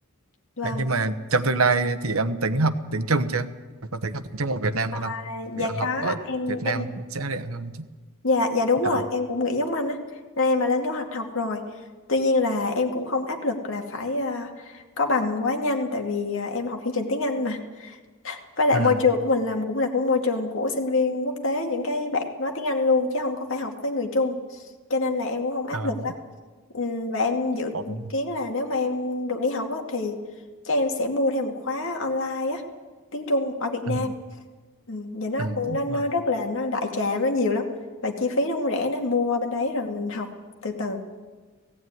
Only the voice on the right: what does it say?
Đấy, nhưng mà trong tương lai thì em tính học tiếng Trung chưa? Có tính học tiếng Trung ở Việt Nam hơn không?
Việc
học
ở
Việt Nam
sẽ rẻ hơn. chứ.
Ờ.
Ừ.
Ờ.
Ồ.
Ừ.
Ừ.
Đúng
rồi.